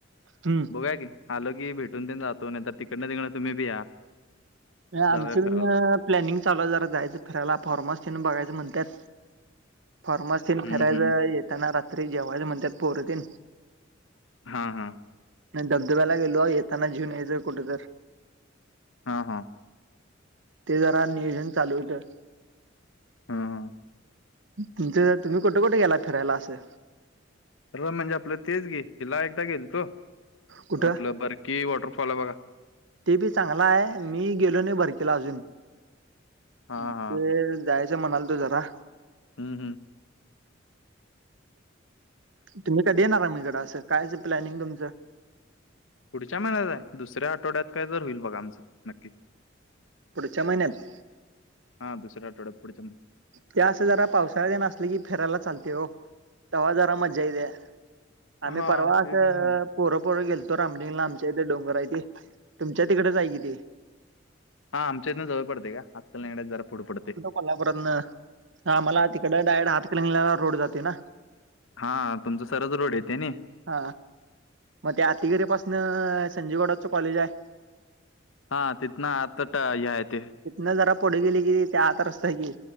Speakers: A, on the right; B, on the left.
A: हम्
B: बघाय की आलो की भेटून दे जातो नाही तर तिकडनं तिकडडे तुम्ही बि या
A: आमची
B: जाऊया फिरायला.
A: पण प्लॅनिंग चालू जरा जायचं फिरायला फॉर्मस ठन बघायं म्हणतात फार्मसीन
B: हम्म
A: फिरायला
B: हम्म
A: येताना रात्री जेवायच म्हणतात पोरतीन
B: हा हा
A: नाही धबधब्याला गेलो येताना जेऊन याचर कुठे तर
B: हा हा
A: ते जरा नियोजन चालू होतं
B: हा हा
A: तुमचं तुमहीुठ कुठे गेला फिरायला असं
B: र म्हणजे आपलं तेच गे हिला एकदा गेल तो
A: कुठं?
B: आपलं बरकी वॉटरफॉल आहे बघा
A: ते बी चांगला आहे मी गेलो नाही बरकीेला अजून
B: हां,
A: ते
B: हां.
A: जायच म्हणाल तो जरा
B: हम्म हम्म
A: तुम्ही काय देणार आ मकडं असं कायचं प्लॅनिंग तुमचं
B: पुढच्या महिन्यात आहे दुसऱ्या आठवड्यात काय तर होईल बघा आमचं नक्की
A: पुढच्या महिन्यात
B: हा दुसऱ आठड्यातडच्या
A: ते असं जरा पावसाळ्या न असले की फेरायला चालते हो तवा जरा म जाय दे्या आम्ही
B: हां,
A: परवास
B: ते बी हां.
A: पोरंपोरं गेलतो रामलीिंगला आमच्या इथे डोंगर आहे ते तुमच्या तिकडेच आहे किती
B: हा आमच्यातथं जवळ पडते का हक्त ललेंगण्यात जरा फ पुढ पडते
A: मलापर्यंत हा मला तिकड डायरेक्ट हातकिंगल्याला रोड जाते ना
B: हा तुमचं सरस रोड येते ना
A: हा मग ते आतिगिरी पाासन संजी गडाच कॉलेज आहे
B: हा तिथना आता हय ते
A: न जरा पुढे गेली कि त्या आत रस्ताय कि